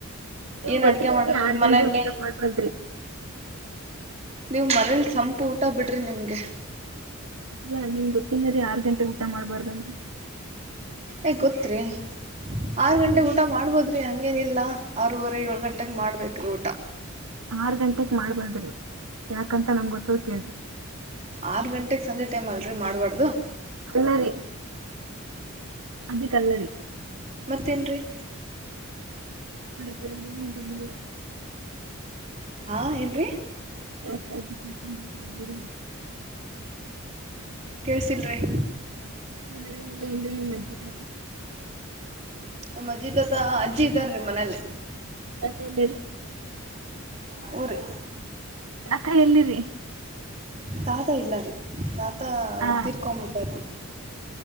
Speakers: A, on the right; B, on the right.
A: ನಿಮುಗ್
B: ಏನ್
A: ಗೊತ್ತಿಲೆನ್ರಿ
B: ಅಡ್ಗೆ ಮಾಡದ್ರಿ
A: ಆರ್ ಗಂಟೆಗ
B: ಮನೇಲಿ
A: ಊಟ ಮಾಡ್ಬಾದ್ರಿ.
B: ನೀವು ಮನೇಲಿ ಸಂಪು ಊಟ ಬಿಡ್ರಿ ನಿಮ್ಗೆ.
A: ಅಲ್ಲಾ ನಿಮಿಗ್ ಗೊತ್ತಿಲರಿ ಆರ್ ಗಂಟೆ ಊಟ ಮಾಡ್ಬಾರ್ದ ಅಂತ.
B: ಏ ಗೋತ್ರಿ ಆರ್
A: ಯಾಕ್
B: ಗಂಟೆಗ
A: ಹೇಳ್ರಿ
B: ಊಟ ಮಾಡ್ಬೋದ್ರಿ ಹಂಗ್ ಹಂಗೇನಿಲ್ಲ ಆರೂವರೆ ಏಳ್ ಗಂಟೆಗ ಮಾಡ್ಬೇಕ್ರಿ ಊಟ.
A: ಆರ್ ಗಂಟೆಕ್ ಮಾಡ್ಬಾರದ್ರಿ ಯಾಕಂತ ನಮ್ಗೊತ್ತದ ಕೇಳ್ರಿ.
B: ಆರು ಗಂಟೆಗೆ ಸಂಜೆ ಟೈಮ ಅಲ್ ರರಿ ಮಾಡಬಾರ್ದು
A: ಅಲ್ಲರಿ ಅದಕ ಅಲ್ಲರಿ.
B: ಮತ್ತೇನ್ರಿ.
A: <unintelligible> ಮಾಡಿಲ್ಲ.
B: ಹಾ ಏನ್ರಿ.
A: ಎಸ್ಟ ಗಂಟೆಗ್ <unintelligible>
B: ಕೆಳಸಿಲ್ರಿ.
A: ನಿಮ್ ಮನ್ಯಾಗ ಇಲ್ಲೆನ್ರಿ ನಿಮ್ ಅಜ್ಜಿ ತಾತ.
B: ನಮ್ ಅಜ್ಜಿತಾತ ಅಜ್ಜಿ ಇದ್ದಾರೀ ಮನೇಲಿ.
A: ಅತ್ತಲ್ಲ
B: ಹು ರಿ
A: ರಥ ಎಲ್ಲಿರಿ
B: ತಾತ ಇಲ್ಲಾರಿ ತಾತ
A: ಆ
B: ತಿರ್ಕೊಬಿಟ್ಟಾರ್ರಿ